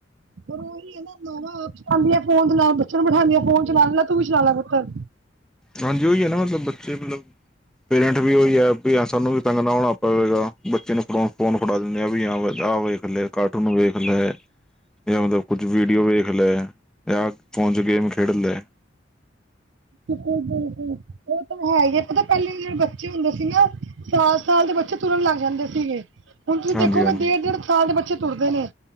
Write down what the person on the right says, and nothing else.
ਪਰ ਓਹੀ ਹੈ ਨਾ ਮਾਵਾਂ ਆਪ ਚਲਾਂਦੀ ਫੋਨ। <unintelligible> ਤੈਨੂੰ ਬਿਠਾਣੀ ਆ ਫੋਨ ਚਲਾ ਲੈ ਤੂੰ ਵੀ ਚਲਾ ਲੈ ਘਰ।
<unintelligible> ਕੁਲ ਬਿਲਕੁਲ ਔ ਤਾਂ ਹੈ ਈ ਏ ਪਤਾ ਪੈਲੇ ਜੇੜੇ ਬੱਚੇ ਹੁੰਦੇ ਸੀ ਨਾ ਸਯਾਲ ਸਾਲ ਦੇ ਬੱਚੇ ਤੁਰਨ ਲੱਗ ਜਾਂਦੇ ਸੀਗੇ, ਹੁਣ ਤੁਸੀਂ
ਦੇਖੋਗੇ
ਡੇਢ-ਡੇਢ ਸਾਲ ਦੇ ਬੱਚੇ ਤੁਰਦੇ ਨੇ।